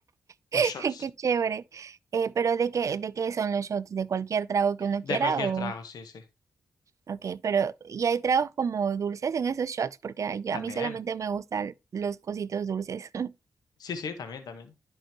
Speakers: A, on the right; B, on the left.
A: <laughs>
B: los shots.
A: qué chévere. Eh, pero ¿de qué, de qué son los shots? ¿De cualquier trago que uno
B: De
A: quiera
B: cualquier
A: o...?
B: trago, sí, sí.
A: Ok, pero ¿y hay tragos como dulces en esos shots? Porque a, yo-
B: También.
A: a mí solamente me gustan los cositos dulces. <laughs>
B: Sí, sí, también, también.